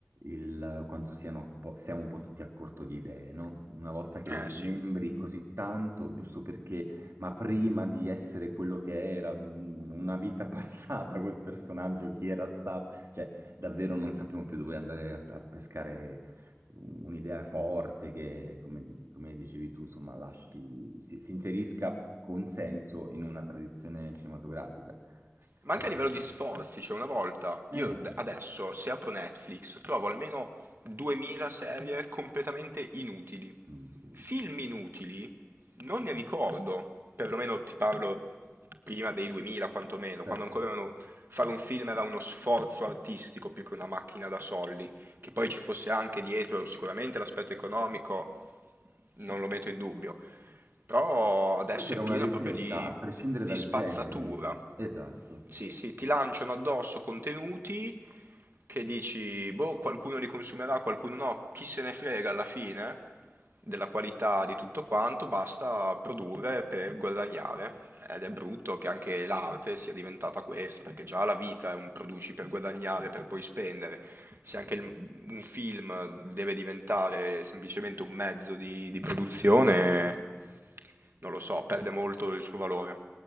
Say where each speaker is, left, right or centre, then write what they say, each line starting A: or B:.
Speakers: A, on the right (about 75°); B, on the right (about 60°).
A: il quanto siano, po- siamo un po' tutti a corto di idee, no? Una volta che
B: Eh
A: le smembri
B: sì.
A: così tanto, giusto perché, ma prima di essere quello che era, mm, in una vita <laughs> passata, quel personaggio, chi era stato, cioè davvero non sappiamo più dove andare a, a pescare un- un'idea forte che, come, di- come dicevi tu, insomma, lasci, si, si inserisca con senso in una tradizione cinematografica.
B: Ma
A: Eh,
B: anche a livello di sforzi, cioè una volta,
A: eh,
B: io d- adesso se apro Netflix trovo almeno 2000 serie completamente inutili.
A: mm, sì,
B: Film inutili non ne ricordo, perlomeno ti parlo prima dei 2000 quantomeno,
A: certo.
B: quando ancora erano- fare un film era uno sforzo artistico più che una macchina da soldi, che
A: Sì,
B: poi
A: sì,
B: ci fosse anche dietro sicuramente l'aspetto economico, non lo metto in dubbio, però adesso
A: Però c'era
B: è pieno
A: una ricerca,
B: proprio di
A: a prescindere
B: di
A: dal
B: spazzatura.
A: genere. Esatto.
B: Sì, sì, ti
A: Vabbè,
B: lanciano addosso contenuti che dici, boh, qualcuno li consumerà, qualcuno no, chi se ne frega alla fine della qualità di tutto quanto, basta produrre per guadagnare. Ed è brutto che anche l'arte sia diventata questo, perché già la vita è un produci per guadagnare, per poi spendere.
A: assolutamente.
B: Se anche il- un film deve diventare semplicemente un mezzo di di produzione, non lo so, perde molto il suo valore.